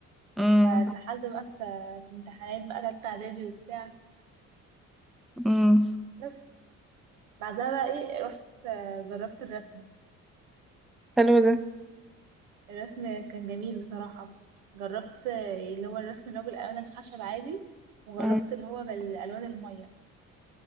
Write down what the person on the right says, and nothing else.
فاتسحلت بقى في في امتحانات بقى تالتة إعدادي وبتاع
بس بعدها بقى إيه رحت آه، جربت الرسم
الرسم كان جميل بصراحة جربت آه، اللي هو الرسم اللي هو بالألوان الخشب عادي وجربت
اللي هو بالألوان المية